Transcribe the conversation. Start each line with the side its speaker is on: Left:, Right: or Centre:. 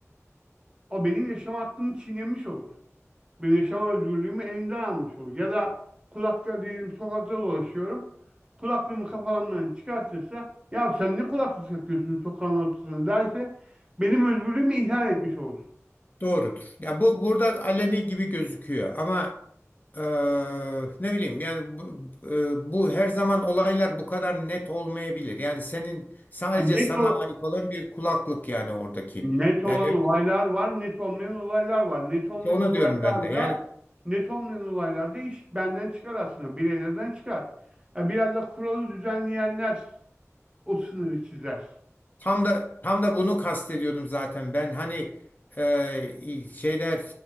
Right: o benim yaşam hakkımı çiğnemiş olur. bir yaşama özgürlüğümü elimden almış olur. Ya da kulakça diyelim sokakta dolaşıyorum. Kulaklığımı kafamdan çıkartırsa ya sen ne kulaklık takıyorsun sokağın ortasında derse benim özgürlüğümü ihlal etmiş olur.
Left: Doğrudur. Ya bu burada aleni gibi gözüküyor ama e, ne bileyim yani bu, e, bu her zaman olaylar bu kadar net olmayabilir. Yani senin sadece
Right: Yani net,
Left: sana
Right: ol-
Left: ait olan bir kulaklık yani oradaki.
Right: net olan
Left: Yani evet,
Right: olaylar var, net olmayan olaylar var. Net olmayan
Left: onu
Right: olaylarda
Left: diyorum ben de. Yani
Right: net olmayan olaylarda iş benden çıkar aslında, bireylerden çıkar. Ya biraz da kuralı düzenleyenler o sınırı çizer.
Left: Tam da tam da bunu kastediyordum zaten. Ben hani e, şeyler